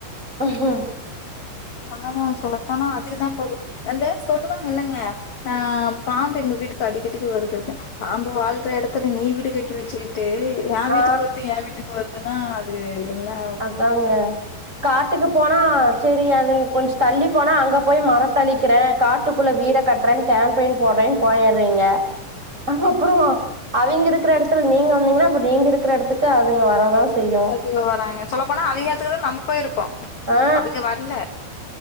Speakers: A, on the right; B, on the left.
A: ம்
B: ஆமா சொல்ல போனா அதுக தா பாவோ அந்த சொல்லுவாங்கில்லங்க ஆ பாம்பு எங்க வீட்டுக்கு அடிக்கடிக்கு வருது அப்டி பாம்பு வாழ்ற எடத்துல நீ வீடு கட்டி வெச்சுகிட் டு ஏ
A: ஆ
B: வீட்டுக் வருது ஏ வீட்டுக் வர்துன்னா அது என்னா
A: அதாங்க காட்டுக்கு போனா செரி அதுங்க கொஞ்ச தள்ளி போனா அங்க போய் மரத்தழிக்கிறே காட் டுக்குள்ள வீட கட்றே கேம்பெய்ன் போட்றேனு போயர்றீங்க அது அப்றோ அவிங்க இருக்கற எடத்துல நீங்க வந்தீங்ன்னா அப்ப நீங்க இருக்கற எடத்துக்கு அதுங்க வரதா செய்யு
B: இங்கயு வராங்க சொல்ல போனா அவிங்க எடத்துக்கு தா நம்ம போய் இருக்கோ
A: ஆ
B: அவிங்க வர்ல